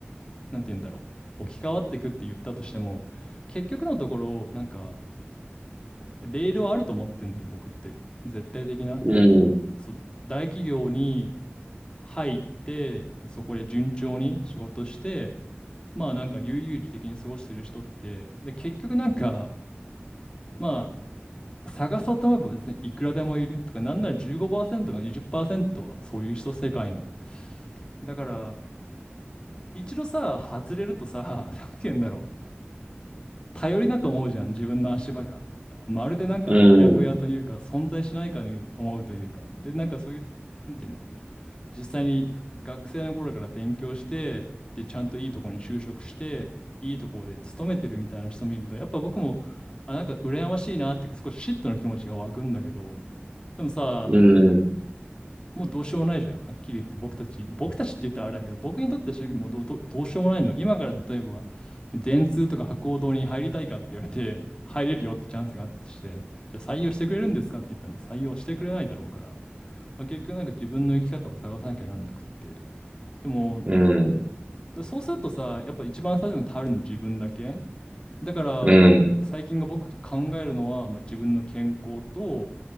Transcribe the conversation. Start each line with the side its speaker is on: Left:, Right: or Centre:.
Left: なんて言うんだろう、置き換わってくって言ったとしても、結局のところなんかレールはあると思ってんのよ、僕って。絶対的な。
Right: い。うん。
Left: そう、大企業に入って、でそこで順調に仕事して、まあなんか悠々自適に過ごしてる人って、で結局なんか、まあ探そうと思えば別にいくらでもいるとか、なんなら15%か20%はそういう人世界の。だから一度さ、外れるとさ、<laughs> なんて言うんだろう、頼りなく思うじゃん、自分の足場が。まるでなんかあやふやというか、
Right: うん。
Left: 存在しないかに思うというか、でなんかそういう、なんていう実際に学生の頃から勉強して、で、ちゃんといいとこに就職して、いいとこで勤めてるみたいな人見ると、やっぱ僕も、あ、なんか羨ましいなっていうか、少し嫉妬の気持ちが湧くんだけど、でもさ、
Right: うん。
Left: もうどうしようもないじゃん。はっきり言って僕たち、僕たちって言ったらあれだけど、僕にとってはもうどう、どうどうしようもないの。今から例えば、電通とか博報堂に入りたいかって言われて、入れるよってチャンスがあったとして、じゃあ採用してくれるんですかって言っても採用してくれないだろうから、まあ、結局なんか自分の生き方を探さなきゃなんなくって。でも、
Right: うん。
Left: だそうするとさ、やっぱ一番最初に頼るの自分だけ。だから、
Right: うん。
Left: 最近が僕考えるのは、まあ、自分の健康と、